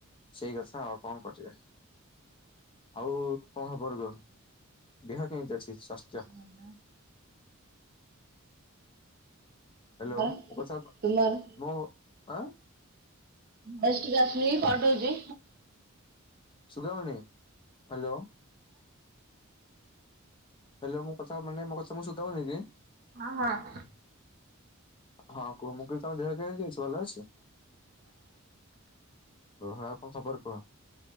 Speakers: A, on the left (about 25°); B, on the right (about 45°).
A: ସେଇ କଥା ଆଉ କଣ କର ଆଉ କଣ ହବର ଗୋହ ଦେହ କେମିତି ଅଛି।
B: ହ।
A: ସ୍ୱାସ୍ଥ୍ୟ ହ୍ୟାଲୋ
B: ଭଲ।
A: ସ
B: ତୁମର?
A: ମୁଁ ଆ
B: <unintelligible> ହଉଛି
A: ସୁଗୌନି ହ୍ୟାଲୋ ହେଲୋ ମୁଁ କଥା ମାନେ ମୋ କଥା ମୁଁ ଶୁଖାଉନି କି
B: ହଁ ହଁ
A: ହଁ କୁହ ମୁକିଲି ତମ ଦେହ କେମିତି ଦହ ଭଲ ଅଛି କହ ଆଉ କଣ ଖବର କୁହ